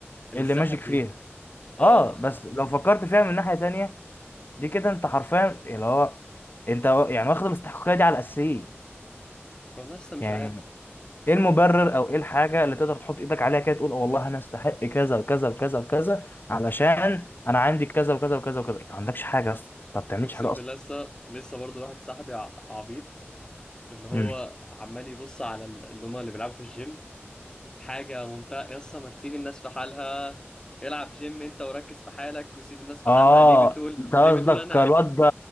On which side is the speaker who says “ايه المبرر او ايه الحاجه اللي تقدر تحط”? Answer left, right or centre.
Left